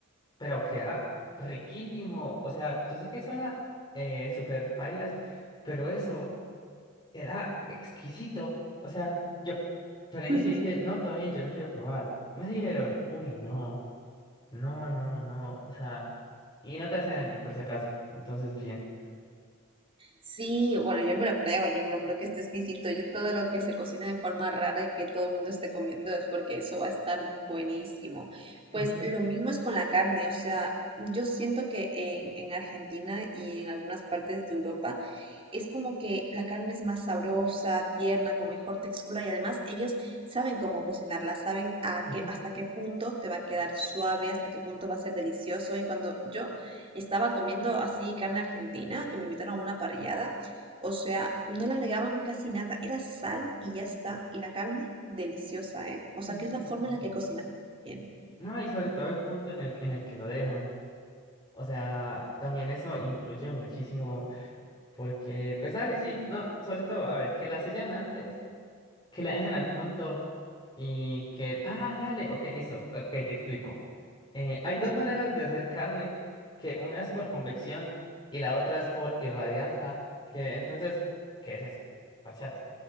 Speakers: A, on the left; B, on the right.
A: Pero queda riquísimo. O sea, yo sé que suena eh, súper pailas, pero eso era exquisito. O sea, yo, yo al inicio
B: Ujú.
A: dije,
B: <laughs>
A: no, todo bien, yo no quiero probar. Me dijeron, uy, no. No, no, no, o sea, y no te hace daño, por si acaso, entonces bien.
B: Sí, bueno, yo me lo creo, yo me lo creo que esté exquisito. Yo todo lo que se cocina de forma rara y que todo el mundo esté comiendo es porque eso va a estar buenísimo.
A: Ujú,
B: Pues lo mismo es con la carne, o sea, yo siento que en, en Argentina y en algunas partes de Europa es como que la carne es más sabrosa, tierna, con mejor textura y además ellos saben cómo cocinarla, saben a
A: ujú.
B: qué, hasta qué punto te va a quedar suave, hasta qué punto va a ser delicioso y cuando yo... Estaba comiendo así carne argentina, que me invitaron a una parrillada. O sea, no le agregaban casi nada, era sal y ya está. Y la carne deliciosa, ¿eh? O sea,
A: Sí,
B: que es la
A: sí,
B: forma
A: sí.
B: en la que cocinamos también.
A: No, y sobre todo el punto en el, en el que lo dejan. O sea, también eso influye muchísimo porque, pues dale, sí, no, sobre todo, a ver, que la sellan antes. que la dejan al punto y que, ah, dale, ok, listo, ok, te explico. Eh, hay dos
B: Ujú,
A: maneras de hacer carne, que una es por convección y la otra es por irradianza, que entonces, ¿qué es eso? Parchate.